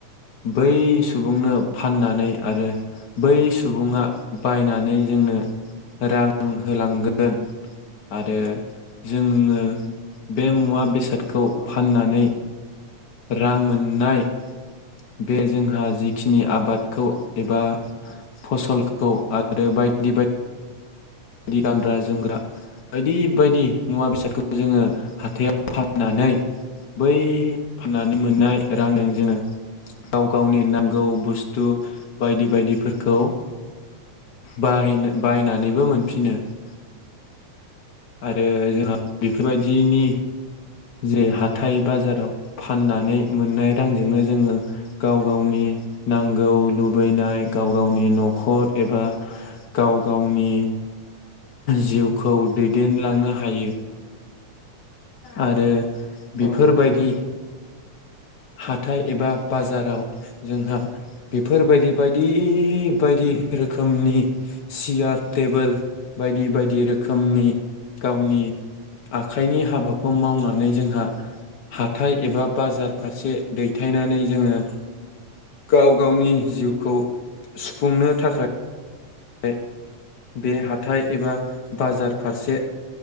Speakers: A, on the left; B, on the right.
A: बै सुबुंनो फाननानै आरो बै सुबुङा बायनानै जोंनो रां होलांगोन आरो जोंङो बे मुवा बेसाद खौ
B: औ
A: फाननानै
B: नोंथां
A: रां मोननाय बे जोंहा जिखिनि आबादखौ एबा फसलखौ आरो बायदि बायदि गानग्रा जोमग्रा बायदि बायदि मुवा बेसादखौ जोङो हाथायाव फाननानै बै फाननानै मोननाय रांजों जोङो गाव गावनि नांगौ बुस्थु बायदि बायदिफोरखौ बायनो बाहायनानैबो मोनो। <unintelligible> आरो जोंहा बेफोरबायदिनि जे हाथाइ बाजाराव फाननानै मोननाय रांजोंनो जोङो गाव गावनि नांगौ लुबैनाय गाव गावनि न'खर एबा गाव गावनि जिउखौ दै देनलांनो हायो। आरो बेफोरबायदि
B: औ नोंथां
A: हाथाइ एबा बाजाराव जोंहा बेफोरबायदि बायदि बायदि रोखोमनि सियार टेबोल बायदि बायदि रोखोमनि गावनि आखाइनि हाबाखौ मावनानै जोंहा हाथाय एबा बाजार फारसे दैथायनानै जोङो गाव गावनि जिउखौ सुफुंनो थाखाय <unintelligible> बे हाथाइ एबा बाजार फारसे